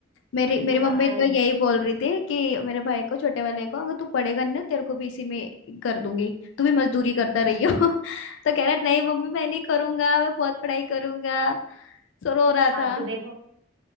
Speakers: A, on the left; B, on the right.
A: मेरी
B: उनको
A: मेरी मम्मी
B: पता
A: तो
B: नहीं
A: यही
B: है
A: बोल रही थी कि मेरे भाई को छोटे वाले को अगर तू पढ़ेगा नहीं ना तेरे को भी इसी में कर दूंगी तू भी मजदूरी करता रही
B: <laughs>
A: हो <laughs> तो कह रहा नहीं मम्मी मैं नहीं करूंगा मैं बहुत पढ़ाई करूंगा सो रो रहा
B: हाँ
A: था
B: तो देखो